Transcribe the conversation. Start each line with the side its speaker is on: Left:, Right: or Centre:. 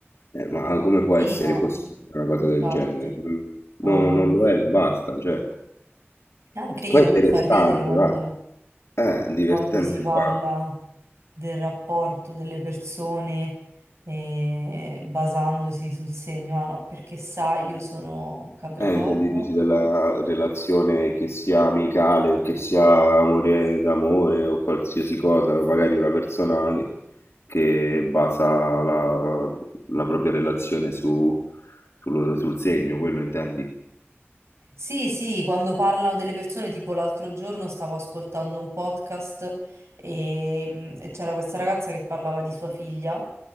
Left: Eh, ma come può
Right: Sì,
Left: essere
Right: no,
Left: possibile una cosa
Right: infatti.
Left: del genere? Mm,
Right: No,
Left: no-
Right: no,
Left: non
Right: ma infatti.
Left: lo è, basta, cioè,
Right: Anche io
Left: poi è
Right: a
Left: interessante,
Right: me fa ridere quando,
Left: va, è divertente,
Right: quando si parla
Left: va.
Right: del rapporto delle persone eh, basandosi sul segno. Ah, no, perché sai, io sono Capricorno
Left: Eh, intendi dici della relazione che sia amicale o che sia amore d'amore o qualsiasi cosa, o magari una persona che, che basa la, la propria relazione su, sullo- sul segno, quello intendi?
Right: Sì, sì, quando parlano delle persone, tipo l'altro giorno stavo ascoltando un podcast e, mm, e c'era questa ragazza che parlava di sua figlia